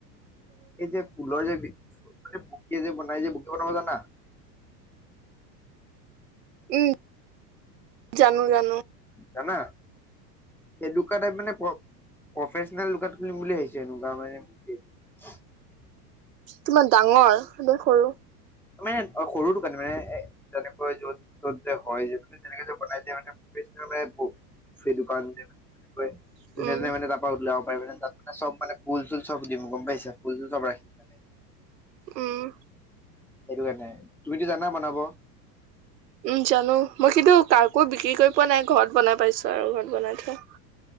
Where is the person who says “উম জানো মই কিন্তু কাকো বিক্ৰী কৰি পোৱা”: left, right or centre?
Right